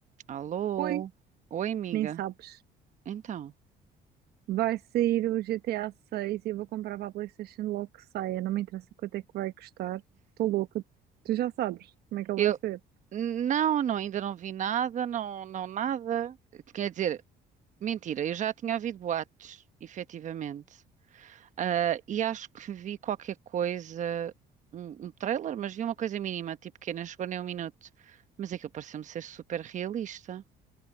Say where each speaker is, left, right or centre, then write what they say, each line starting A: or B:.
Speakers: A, on the right; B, on the right.
A: Alô?
B: Oi,
A: Oi, amiga.
B: nem sabes.
A: Então,
B: Vai sair o GTA 6 e eu vou comprar para a PlayStation logo que saia. Não me interessa quanto é que vai custar. Estou louca. Tu já sabes como é que ele
A: eu
B: vai ser.
A: não, não, ainda não vi nada, não, não nada. Quer dizer, mentira, eu já tinha ouvido boatos, efetivamente. Ah, e acho que vi qualquer coisa, um, um trailer, mas vi uma coisa mínima, tipo que nem chegou nem um minuto. Mas aquilo pareceu-me ser super realista,